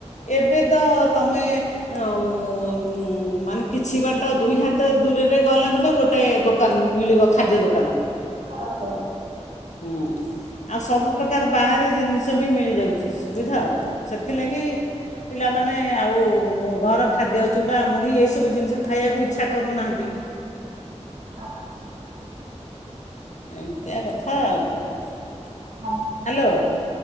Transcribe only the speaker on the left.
ଏବେ ତ ତମେ ଅଁ ଉଁ ଉଁ ମାନେ କିଛି ବାଟ ଦୁଇ ହାତ ଦୂରରେ ଗଲେ ମାନେ ଗୋ ଟେ ଦୋକାନ ମିଳିବ ଖାଦ୍ୟ ଦୋକାନ।
ହୁଁ। ଆଉ ସବୁ
ପ୍ର୍ରକାର ବାହାରେ ଜିନିଷ ବି ମିଳିଯାଉଛି ସୁବିଧା ଆଉ ସେଥିଲାଗି ପିଲାମାନେ ଆଉ ଘର ଖାଦ୍ୟ ଚୁଡ଼ା ମୁଢ଼ି ଏସବୁ ଜିନିଷ ଖାଇବାକୁ ଇଚ୍ଛା କରୁନାହାଁନ୍ତି।
ଏମିତିଆ କଥା ଆଉ କଣ ହ୍ୟାଲୋ।